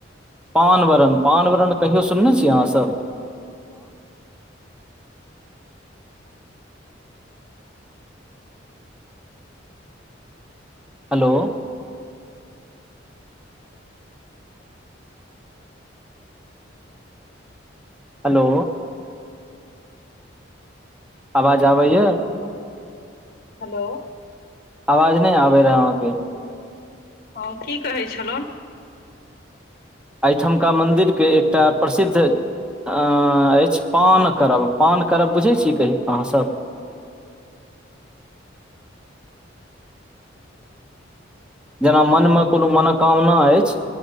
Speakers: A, in the centre; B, on the left.
A: पान-वरण, पान-वरण कहियो सुनने छियै अहाँ सभ? हेलो हेलो आवाज आबैय?
B: हेलो
A: आवाज नहि आबे रहै अहाँके
B: हँ, की कहै छलनि?
A: एहिठामका मन्दिरके एकटा प्रसिद्ध। अ अछि पान करब, पान करब बुझैत छी अहाँ सभ? जेना मनमे कोनो मनोकामना अछि।